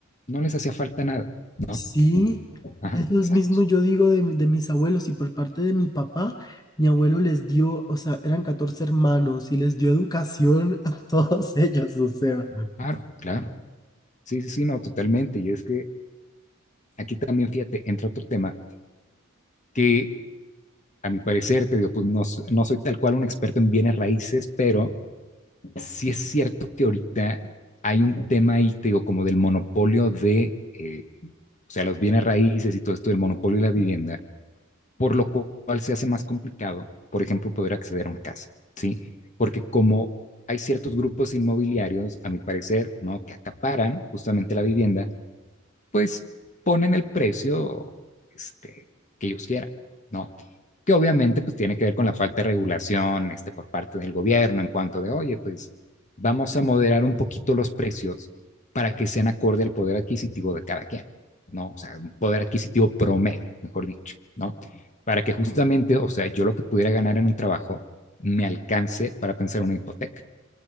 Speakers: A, on the left; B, on the left.
A: no les hacía falta nada. No,
B: Sí,
A: ajá,
B: eso
A: exacto.
B: mismo yo digo de, mi- de mis abuelos y por parte de mi papá, mi abuelo les dio, o sea, eran 14 hermanos y les dio educación a todos <laughs> ellos, o sea.
A: Claro, claro. Sí, sí, sí, no, totalmente. Y es que aquí también, fíjate, entra otro tema que a mi parecer, te digo, pues no, s- no soy tal cual un experto en bienes raíces, pero sí es cierto que ahorita hay un tema ahí, te digo, como del monopolio de, eh, o sea, los bienes raíces y todo esto del monopolio de la vivienda, por lo cual se hace más complicado, por ejemplo, poder acceder a una casa, ¿sí? Porque como hay ciertos grupos inmobiliarios, a mi parecer, ¿no? Que acaparan justamente la vivienda, pues ponen el precio este, que ellos quieran, ¿no? Que obviamente pues tiene que ver con la falta de regulación este, por parte del gobierno en cuanto de, oye, pues vamos a moderar un poquito los precios para que sean acorde al poder adquisitivo de cada quien, ¿no? O sea, un poder adquisitivo promedio, mejor dicho, ¿no? Para que justamente, o sea, yo lo que pudiera ganar en un trabajo me alcance para pensar una hipoteca.